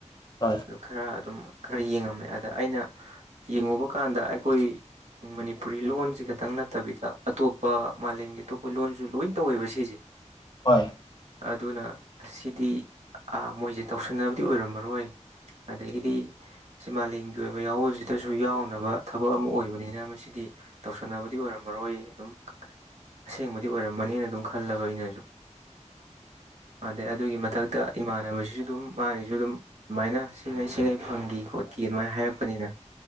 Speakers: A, on the left; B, on the right.
A: ꯍꯣꯏ
B: ꯑꯗꯨ ꯈꯔ ꯑꯗꯨꯝ ꯈꯔ ꯌꯦꯡꯉꯝꯃꯦ ꯑꯗ ꯑꯩꯅ ꯌꯦꯡꯉꯨꯕ ꯀꯥꯟꯗ ꯑꯩꯈꯣꯏ ꯃꯅꯤꯄꯨꯔꯤ ꯂꯣꯟꯁꯤ ꯈꯇꯪ ꯅꯠꯇꯕꯤꯗ ꯑꯇꯣꯞꯄ ꯃꯥꯂꯦꯝꯒꯤ ꯑꯇꯣꯞꯄ ꯂꯣꯟꯁꯨ ꯂꯣꯏ ꯇꯧꯋꯦꯕ ꯁꯤꯁꯦ
A: ꯍꯣꯏ
B: ꯑꯗꯨꯅ ꯑꯁꯤꯗꯤ ꯃꯣꯏꯁꯦ ꯇꯧꯁꯟꯅꯕꯗꯤ ꯑꯣꯏꯔꯝꯃꯔꯣꯏ ꯑꯗꯒꯤꯗꯤ ꯁꯤ ꯃꯥꯂꯦꯝꯒꯤ ꯑꯣꯏꯕ ꯌꯥꯋꯣꯜꯁꯤꯗꯁꯨ ꯌꯥꯎꯅꯕ ꯊꯕꯛ ꯑꯃ ꯑꯣꯏꯕꯅꯤꯅ ꯃꯁꯤꯗꯤ ꯇꯧꯁꯟꯅꯕꯗꯤ ꯑꯣꯏꯔꯝꯃꯔꯣꯏ ꯑꯗꯨꯝ
A: <inaudible>
B: ꯑꯁꯦꯡꯕꯗꯤ ꯑꯣꯏꯔꯝꯃꯅꯦꯅ ꯑꯗꯨꯝ ꯈꯜꯂꯕ ꯑꯩꯅꯁꯨ ꯑꯗꯩ ꯑꯗꯨꯒꯤ ꯃꯊꯛꯇ ꯏꯃꯥꯟꯅꯕꯁꯤꯁꯨ ꯑꯗꯨꯝ ꯃꯥꯒꯤꯁꯨ ꯑꯗꯨꯝ ꯑꯗꯨꯃꯥꯏꯅ ꯁꯤꯡꯉꯩ ꯁꯤꯡꯉꯩ ꯐꯪꯈꯤ ꯈꯣꯠ ꯆ ꯀꯦ ꯑꯗꯨꯃꯥꯏꯅ ꯍꯥꯏꯔꯛꯄꯅꯤꯅ